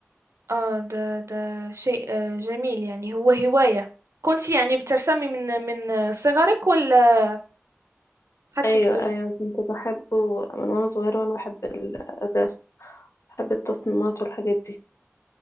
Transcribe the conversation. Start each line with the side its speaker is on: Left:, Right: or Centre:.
Right: آه ده ده شيء آه، جميل يعني هو هواية كنت يعني بترسمي من من صغرك ولا حتى
Left: ايوه
Right: كبرت
Left: ايوه كنت بحبه من وانا صغيره وانا بحب ال- الرسم بحب التصميمات والحاجات دي